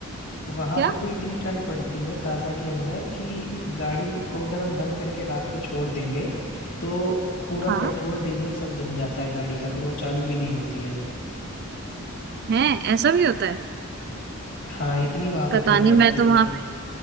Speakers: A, on the left (about 65°); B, on the right (about 45°).
A: वहाँ
B: क्या
A: पे तो इतनी ठंड पड़ती है काजा के अंदर कि गाड़ी को अगर हम बंद करके रात को छोड़ देंगे तो पूरा
B: हाँ
A: पेट्रोल डीजल सब जम जाता है गाड़ी का फिर वो चालू भी नहीं होती है
B: है ऐसा भी होता है
A: हाँ इतनी वहाँ पे
B: पता
A: ठंड
B: नहीं
A: पड़ती
B: मैं तो
A: है
B: वहां